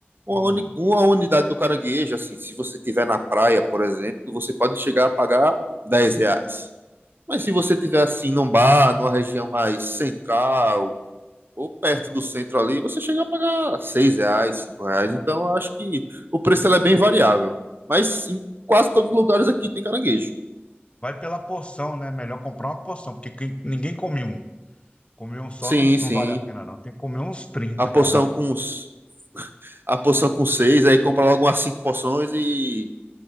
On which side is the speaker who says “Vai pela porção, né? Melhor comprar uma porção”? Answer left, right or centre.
Left